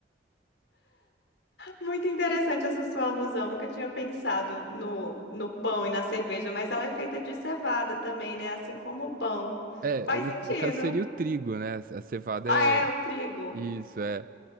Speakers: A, on the left (about 75°); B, on the right (about 50°).
A: Muito interessante essa sua alusão. Nunca tinha pensado no, no pão e na cerveja, mas ela é feita de cevada também, né? Assim como o pão.
B: É,
A: Faz
B: no,
A: sentido.
B: no caso seria o trigo, né? A cevada
A: Ah,
B: é
A: é, o trigo.
B: isso, é.